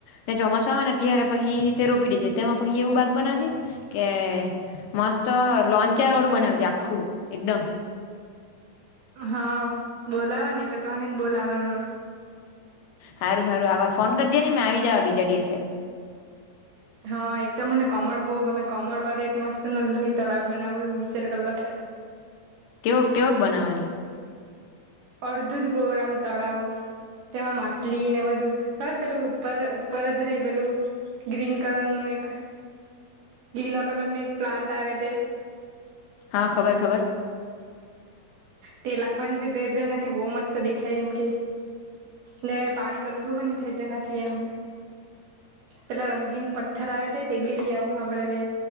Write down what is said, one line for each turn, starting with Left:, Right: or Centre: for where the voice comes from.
Left: ને ચોમાસા આવે ને ત્યારે પછી તે રોપી દેજે તેમાં પહી એવું બાગ બનાવેજે. કે મસ્ત લોન્ચાર વાળું બનાવજે આખું એકદમ.
Right: હા બોલાવાને તો તને જ બોલાવા
Left: હારું હારું આવા ફોન કરજે ને મેં આવી જવા બીજા દિવસે.
Right: હા એકદમ મને કોમળ બો ગમે કોમળ વાળું એક મસ્ત લોહી તળાવ બનાવવું વિચાર કરેલો શે. <inaudible>
Left: કેવક કેવક બનાવાની.
Right: અર્ધું જ ગૌરામ તળાવ. તેમાં માછલી ને બધું બર પેલું ઉપર ઉપર જ રેય પેલું. ગ્રીન કલર નું એક લીલા કલર નું એક પ્લાન્ટ આવે તે.
Left: હા ખબર ખબર.
Right: તે લાખવાની છે તેનાથી બહુ મસ્ત દેખાય એમ કે. ને પાણી ગંદુ હ ની થાય તેનાથી એમ. પેલા રંગીન પથ્થર આવે તે તે બી લઈ આવ હું આપડે બે.